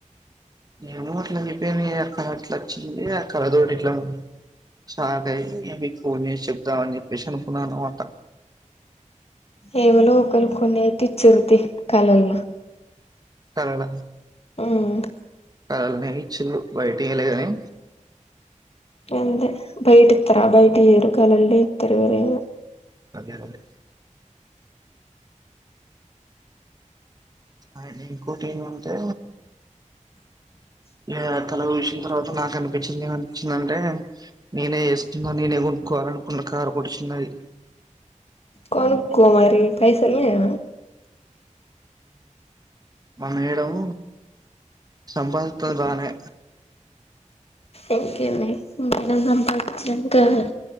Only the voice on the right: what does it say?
ఏమో అట్ల రిపేరింగ్ అక్కడ అట్లా వచ్చింది. అక్కడ తోడి ఇట్లా స్టార్ట్ అయి మీకు ఫోన్ చేసి చెప్దాం అన్ చెప్పేసి అనుకున్నా అనమాట
కాన్ ఎడ
కలలనే ఇచ్చులు. బయట్ ఇంగ లేదని
అదే అదే అ ఇంకోటి ఏమంటే,
ఇగా కల చూసిన తర్వాత నాకు అనిపించింది. ఏమనిపిచ్చిందంటే నేనే చేసుకున్నా, నేనే కొనుకో కావాలనుకున్న కారు ఒకటి చిన్నది.
మా మేడం సంపాదితది బానే.